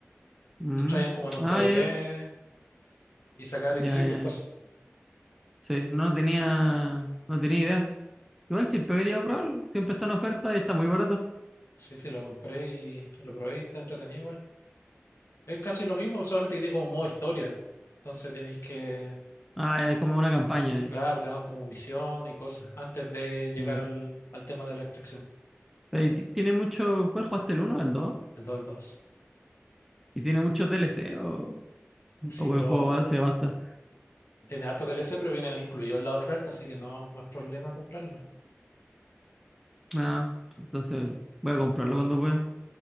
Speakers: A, in the centre; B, on the left (about 70°).
A: Mm.
B: Entrar ya como en un
A: Ah,
B: PvP
A: ya,
B: y sacar
A: ya,
B: equipo
A: ya,
B: y cosas.
A: ya. Sí, no tenía, no tenía idea. Igual siempre he querido probarlo. Siempre está en oferta y está muy barato.
B: Sí, sí, lo compré y lo probé y está entretenido igual. Es casi lo mismo, solamente que tiene como un modo historia. Entonces tenéis que
A: Ah, ya, es como una campaña. eh.
B: Claro, te dan como misión y cosas antes de llegar
A: Ah.
B: al, al tema de la extracción,
A: Pero y ti- tiene mucho. ¿Cuál jugaste el uno, o el dos
B: el 2 al 2.
A: ¿Y tiene muchos DLC o,
B: Sí,
A: o con
B: pero
A: el juego base basta?
B: tiene harto DLC, pero vienen incluidos en la oferta, así que no, no es problema comprarlo.
A: Ah, entonces voy a comprarlo cuando pueda.